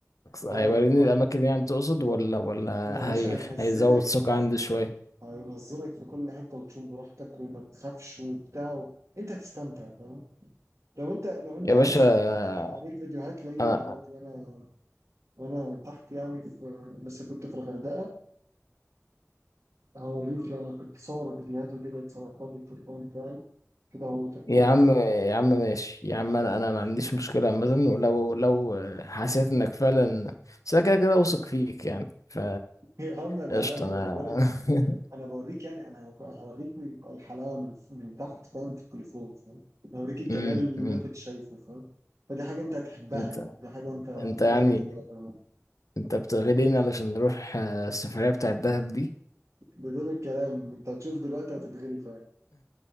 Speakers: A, on the left; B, on the right.
A: هيوريني
B: أه ليه رهبة
A: الأماكن يعني تقصد ولا ولا
B: يا باشا
A: هي...
B: هينزلك
A: هيزود ثقة
B: هينزلك
A: عندي شوية
B: هينزلك في كل حته وتشوف براحتك وما تخافش وبتاع و... انت هتستمتع فاهم لو انت لو انت
A: يا
B: عايز
A: باشا آه،
B: اوريك فيديوهات ليا
A: أنا
B: دلوقتي وانا وانا تحت يعني في بس كنت في الغردقه هوريك يعني كنت صور فيديوهات وكده اتصورتها بالتليفون بتاعي كده هو تكفوز
A: يا عم
B: <laughs>
A: يا عم ماشي يا عم انا انا ما عنديش مشكله مثلا ولو لو حسيت انك فعلا بس انا كده كده واثق فيك يعني ف
B: يا عم انا
A: قشطه
B: عارف
A: انا
B: انا بقول
A: <laughs>
B: لك انا بوريك يعني انا هوريك من- الحلاوه من من تحت فاهم في التليفون فاهم هوريك الجمال
A: أمم،
B: اللي انا
A: أمم.
B: كنت شايفه فاهم فدي حاجه انت هتحبها
A: انت
B: يعني دي حاجه انت هتتمنى
A: انت يعني
B: تعملها
A: انت بتغلين علشان نروح آه، السفريه بتاعه الدهب دي
B: بدون الكلام انت هتشوف دلوقتي هتتغري فعلا